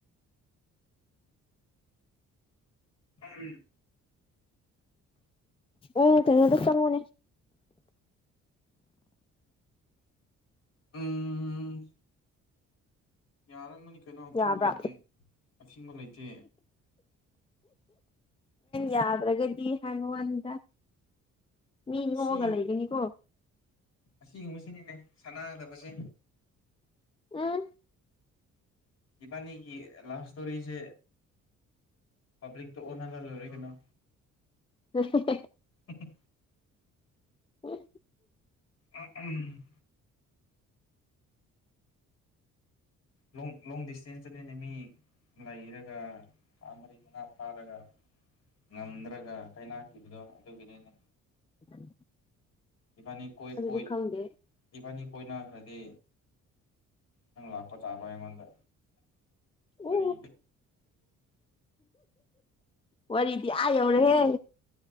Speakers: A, on the left (about 60°); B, on the left (about 20°).
A: ꯎꯝ
B: ꯎꯝ ꯀꯩꯅꯣꯗ ꯆꯪꯉꯒꯣꯅꯦ
A: ꯎꯝ ꯌꯥꯔꯝꯒꯅꯤ ꯀꯩꯅꯣ ꯑꯊꯤꯡꯕ
B: ꯌꯥꯕ꯭ꯔꯥ
A: ꯂꯩꯇꯦ ꯑꯊꯤꯡꯕ ꯂꯩꯇꯦ
B: ꯌꯥꯗ꯭ꯔꯒꯗꯤ ꯍꯥꯏꯕꯥ ꯋꯥꯅꯤꯗ ꯃꯤ ꯅꯣꯛꯑꯒ
A: ꯁꯤ
B: ꯂꯩꯒꯅꯤꯀꯣ
A: ꯑꯁꯤꯒꯨꯝꯕꯁꯤ ꯁꯤꯅꯤꯅꯦ ꯁꯥꯟꯅꯥꯗꯕꯁꯦ
B: ꯎꯝ
A: ꯏꯕꯥꯅꯤꯒꯤ ꯂꯥꯖ ꯏꯁꯇꯣꯔꯤꯁꯦ ꯄꯕꯂꯤꯛꯛꯇ ꯑꯣꯅꯥꯔꯥ ꯂꯣꯏꯔꯦ ꯀꯩꯅꯣ
B: ꯁꯨ
A: ꯁꯨ
B: ꯍ
A: ꯑ ꯎꯝ ꯂꯣꯡ ꯂꯣꯡ ꯗꯤꯁꯇꯦꯟꯁꯇ ꯅꯃꯤ ꯏ ꯏꯔꯒ ꯁꯥꯥꯃꯔꯤꯉ ꯐꯥꯔꯒ ꯉꯝꯗ꯭ꯔꯒ ꯀꯩꯅꯥꯈꯤꯕꯗꯣ ꯑꯗꯨꯒꯤꯅꯤꯅꯦ
B: <inaudible>
A: ꯏꯕꯥꯅꯤ ꯀꯣꯏ
B: ꯑꯗꯨꯗꯤ
A: ꯀꯣꯏ
B: ꯈꯪꯗꯦ
A: ꯏꯕꯥꯅꯤ ꯑꯩꯈꯣꯏ ꯅꯥꯈ꯭ꯔꯗꯤ ꯅꯪ ꯂꯥꯛꯄ ꯆꯥꯕ ꯑꯩꯉꯣꯟꯗ ꯋꯥꯔꯤ
B: ꯎ ꯋꯥꯔꯤꯔꯤꯗꯤ ꯑ ꯌꯔꯦ